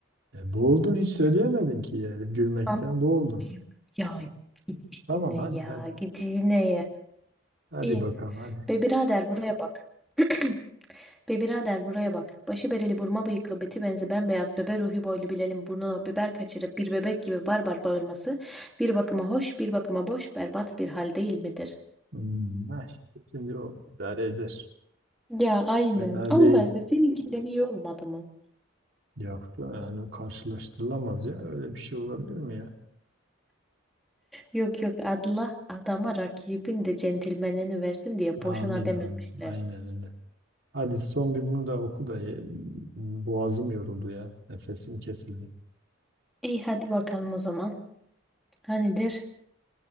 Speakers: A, on the right; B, in the centre.
A: E, boğuldun hiç söyleyemedin ki yani. Gülmekten
B: Ama
A: boğuldun.
B: ayıp. Ya git işine
A: Tamam hadi
B: ya.
A: hadi.
B: Git işine ya.
A: Hadi
B: İyi.
A: bakalım hadi.
B: Be birader buraya bak. <clears throat> Be birader buraya bak. Başı bereli burma bıyıklı beti benzi bembeyaz bebe ruhi boylu Bilal'in burnuna biber kaçırıp bir bebek gibi barbar bağırması bir bakıma hoş bir bakıma boş berbat bir hal değil midir?
A: Hmm, ha, işte şimdi o idare eder.
B: Ya aynen.
A: Fena
B: Allah
A: değil.
B: aşkına seninkinden iyi olmadı mı?
A: Yok yani karşılaştırılamaz ya. Öyle bir şey olabilir mi ya?
B: Yok yok Allah adama rakibin de centilmenini versin diye
A: Amin
B: boşuna dememişler.
A: amin. Aynen öyle. Hadi son bir bunu da oku da ye- boğazım yoruldu ya. Nefesim kesildi.
B: İyi hadi bakalım o zaman. Ha nedir?